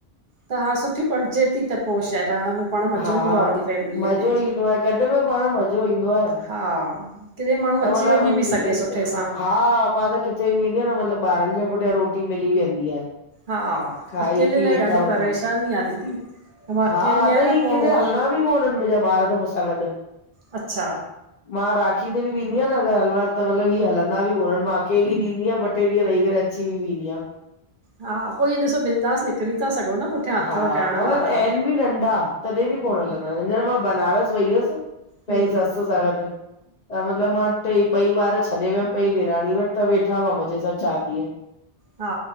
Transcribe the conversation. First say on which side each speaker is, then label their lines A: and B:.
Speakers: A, on the right; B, on the left.
A: त हा सुठी पटजे ती त पोइ छाए रहिण में पाण मज़ो
B: हा
A: ईंदो आहे वॾी फैमिलीअ
B: मज़ो
A: में।
B: ईंदो आहे गॾु में पाण मज़ो ईंदो आहे
A: हा, किॾे माण्हू
B: त
A: अची
B: मतलब
A: वञी बि
B: ईअं
A: सघे सुठे
B: न
A: सां।
B: हा मां त किथे बि वेंदी न मतलबु ॿारनि खे पुठियां रोटी मिली वेंदी आहे।
A: हा,
B: खाई
A: अकेले
B: पी
A: लाइ
B: वेठा
A: ॾाढी
B: हूंदा
A: परेशानी
B: आहिनि
A: आहे दीदी। अऊं मां अकेली
B: हा
A: आहियां न।
B: ही
A: पोइ
B: किथे हलदा बि कोन हिनि मुंहिंजा ॿार त मुसां गॾु।
A: अच्छा
B: मां राखी ते बि वेंदी आहियां न अगर अलवर त मतलब हिअ हलंदा बि कोन्हनि मां अकेली वेंदी आहियां ॿ टे ॾींहं रही करे अची अची वेंदी आ।
A: हा पोइ इअं ॾिसो बिंदास निकिरी था सघो न। पुठियां अथव
B: हा
A: करण
B: मतिलब
A: वारा
B: एन बि नंढा तॾहिं बि कोन हलंदा आहि न मां बनारस वई हुअसि पंहिंजी
A: हूं
B: ससु सां गॾु। त मतिलबु मां टे ॿई ॿार छॾे वियमि बई ॾेराणी वटि त वेठा हुआ मज़े सां चारि ॾींहं।
A: हा।